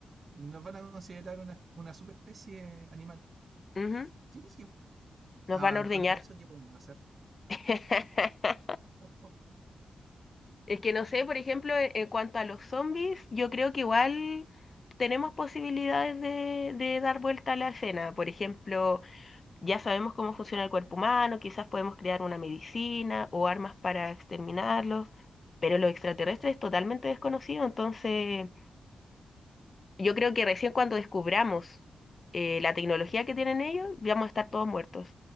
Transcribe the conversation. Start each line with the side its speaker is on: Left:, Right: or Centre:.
Right: nos van a considerar una, una subespecie animal.
Left: Ujú.
Right: ¿Qué origen?
Left: Nos
Right: Ah,
Left: van a ordeñar.
Right: contra eso, ¿qué podemos hacer?
Left: <laughs>
Right: <laughs>
Left: Es que no sé, por ejemplo, e- en cuanto a los zombies, yo creo que igual tenemos posibilidades de, de dar vuelta a la escena. Por ejemplo, Ya sabemos cómo funciona el cuerpo humano, quizás podemos crear una medicina o armas para exterminarlos, pero los extraterrestres es totalmente desconocido, entonces yo creo que recién cuando descubramos eh, la tecnología que tienen ellos, vamos a estar todos muertos.